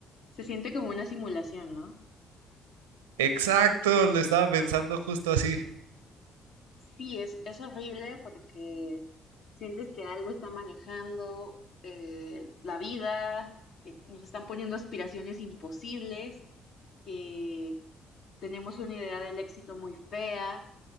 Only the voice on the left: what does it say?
Se siente como una simulación, ¿no?
Sí, es, es horrible porque sientes que algo está manejando eh, la vida, que nos están poniendo aspiraciones imposibles, que tenemos una idea del éxito muy fea